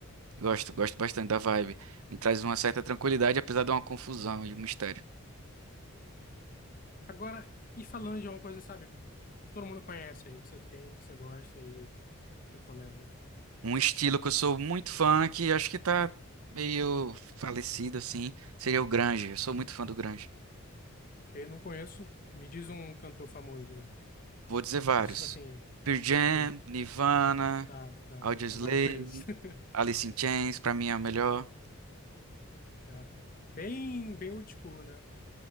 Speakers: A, on the right; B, on the left.
A: Gosto, gosto bastante da vibe. Me traz uma certa tranquilidade, apesar de uma confusão e um mistério.
B: Agora, e falando de uma coisa, sabe, que todo mundo conhece aí, que você tem, que você gosta e recomenda.
A: Um estilo que eu sou muito fã, que acho que tá meio falecido, assim, seria o Grunge. Eu sou muito fã do Grunge.
B: Porque não conheço, me diz um cantor famoso.
A: Vou dizer vários.
B: Você diz, tipo assim...
A: Pearl Jam,
B: hum,
A: Nirvana...
B: Tá, tá.
A: Audioslave,
B: Agora eu conheço. <laughs>
A: Alice in Chains, pra mim é a melhor.
B: Tá. Bem, bem old school, né?